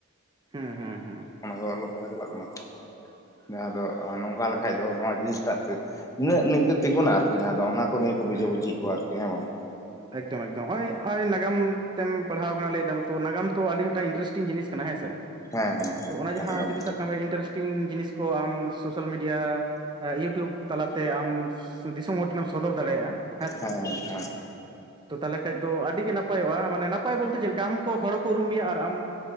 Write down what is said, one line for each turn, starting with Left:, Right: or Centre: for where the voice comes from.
Right: ᱦᱩᱸ ᱦᱩᱸ
Left: <unintelligible>
Right: ᱦᱩᱸ
Left: ᱚᱱᱟ ᱠᱚ ᱟᱞᱚ <unintelligible> ᱪᱟᱞᱟᱜ ᱠᱟᱱᱟ ᱛᱚ ᱡᱟᱦᱟᱸ ᱫᱚ ᱱᱚᱝᱠᱟ ᱞᱮᱠᱷᱟᱡ ᱫᱚ ᱱᱚᱣᱟ ᱡᱤᱱᱤᱥᱴᱟᱜ ᱛᱮ ᱤᱱᱟᱹᱜ ᱱᱤᱠᱟᱹ ᱛᱤᱸᱜᱩᱱᱟ ᱟᱨᱠᱤ ᱡᱟᱦᱟᱸ ᱫᱚ ᱚᱱᱟ ᱠᱚ ᱱᱤᱭᱟᱹ ᱵᱩᱡᱷᱟᱹᱣ
Right: ᱦᱩᱸ
Left: ᱵᱩᱡᱷᱤ
Right: ᱦᱩᱸ
Left: ᱭᱮᱫ ᱠᱚᱶᱟ ᱟᱨᱠᱤ ᱦᱮᱸ ᱵᱟᱝ ᱾
Right: ᱮᱠᱫᱚᱢ ᱮᱠᱫᱚᱢ ᱱᱚᱜᱼᱚᱭ ᱱᱚᱜᱼᱚᱭ ᱱᱟᱜᱟᱢ ᱛᱮᱢ ᱯᱟᱲᱦᱟᱣ ᱟᱠᱟᱱᱟ ᱞᱟᱹᱭ ᱮᱫᱟᱢ ᱛᱚ ᱱᱟᱜᱟᱢ ᱛᱚ ᱟᱹᱰᱤ ᱢᱤᱫᱴᱟᱹᱝ ᱤᱱᱴᱟᱨᱮᱥᱴᱤᱝ ᱡᱤᱱᱤᱥ ᱠᱟᱱᱟ ᱦᱮᱸᱥᱮ
Left: ᱦᱮᱸ ᱦᱮᱸ ᱦᱮᱸ
Right: ᱛᱚ ᱚᱱᱟ ᱡᱟᱦᱟᱸ
Left: ᱮᱠᱫᱚᱢ
Right: ᱡᱩᱫᱤ ᱥᱟᱵ ᱠᱟᱜ ᱢᱮ ᱤᱱᱴᱟᱨᱮᱥᱴ ᱴᱤᱝ ᱡᱤᱱᱤᱥ ᱠᱚ ᱟᱢ ᱥᱳᱥᱟᱞ ᱢᱤᱰᱤᱭᱟ, ᱤᱭᱩᱴᱩᱵᱽ ᱛᱟᱞᱟᱛᱮ ᱟᱢ ᱫᱤᱥᱚᱢ ᱦᱚᱲ ᱴᱷᱮᱱᱮᱢ ᱥᱚᱫᱚᱨ ᱫᱟᱲᱮᱭᱟᱜᱼᱟ ᱾
Left: ᱦᱮᱸ ᱦᱮᱸ ᱦᱮᱸ ᱾
Right: ᱛᱚ ᱛᱟᱦᱚᱞᱮ ᱠᱷᱟᱡ ᱫᱚ ᱟᱹᱰᱤᱜᱮ ᱱᱟᱯᱟᱭᱚᱜᱼᱟ ᱢᱟᱱᱮ ᱱᱟᱯᱟᱭ ᱵᱚᱞᱛᱮ ᱪᱮᱫ ᱞᱮᱠᱟ ᱟᱢ ᱠᱚ ᱦᱚᱲ ᱠᱚ ᱩᱨᱩᱢᱮᱭᱟ ᱟᱨ ᱟᱢ